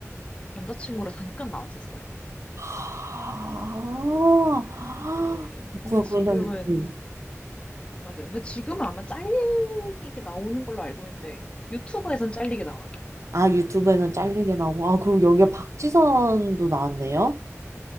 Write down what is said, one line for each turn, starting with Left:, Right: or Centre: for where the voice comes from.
Left: 남자친구로 잠깐 나왔었어요.
Right: 아, 아,
Left: 네. 근데
Right: 그렇구나.
Left: 지금은,
Right: 그런다면. 음.
Left: 맞아요. 근데 지금은 아마 잘리게 나오는 걸로 알고 있는데, 유튜브에선 잘리게 나와요.
Right: 아, 유튜브에는 잘리게 나오고. 아, 그리고 여기에 박지선도 나왔네요.